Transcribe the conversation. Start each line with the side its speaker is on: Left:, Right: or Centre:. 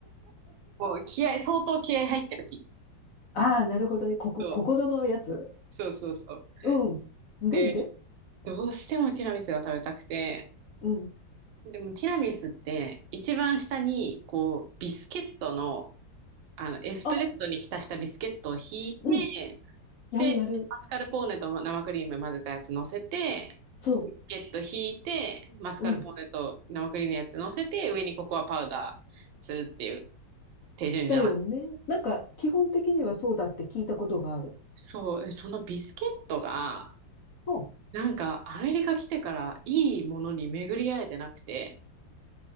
Right: こう、気合、相当気合入ってる日。
Left: <laughs> ああ、なるほどね。ここ、
Right: そう、
Left: ここぞのやつ。
Right: そうそうそう。
Left: うん。でんで
Right: で、どうしてもティラミスが食べたくて、
Left: うん。
Right: でもティラミスって、一番下に、こう、ビスケットの、あの、エスプレッソに浸したビスケットをひいて、
Left: あ、しうん。やるやる。
Right: で、マスカルポーネと生クリーム混ぜたやつ乗せて、
Left: そ
Right: ビスケットひいて、マスカルポーネと生クリームのやつ乗せて、
Left: う。うん。
Right: 上にココアパウダーするっていう手順じゃない。
Left: だよね。なんか、基本的にはそうだって聞いたことがある。
Right: そう、でそのビスケットが、
Left: うん
Right: なんかアメリカ来てからいいものに巡り合えてなくて、